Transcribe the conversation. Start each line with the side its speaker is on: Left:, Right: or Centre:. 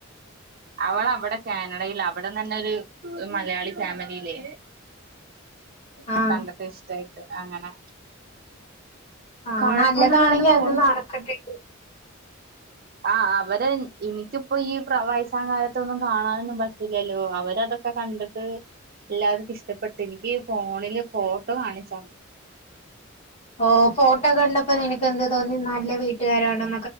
Right: അവള അവിടെ കാനഡയിൽ അവിട്ന്നു തന്നെ ഒരു മലയാളി ഫാമിലിയിലെ
Left: ആഹ്
Right: കണ്ടത്തി ഇഷ്ടായിട്ട് അങ്ങനെ
Left: ആഹ
Right: കൊഴപ്പൊന്നുല്ലാണ്ട്
Left: നല്ലതാണെങ്കി
Right: പോണ്
Left: അത് നടക്കട്ടെണ്ട്
Right: ആ അവര് എനിക്കിപ്പോ ഈ വയസ്സാ കാലത്തൊന്നും കാണാനൊന്നും പറ്റില്ലല്ലോ അവര് അതൊക്കെ കണ്ടിട്ട് എല്ലാവർക്കും ഇഷ്ടപ്പെട്ട് എനിക്ക് ഫോണില് ഫോട്ടോ കാണിച്ച് തന്ന്
Left: ഓ ഫോട്ടോകണ്ടപ്പോ എനിക്ക് തോന്നി നല്ല വീട്ടുകാരാണന്ന്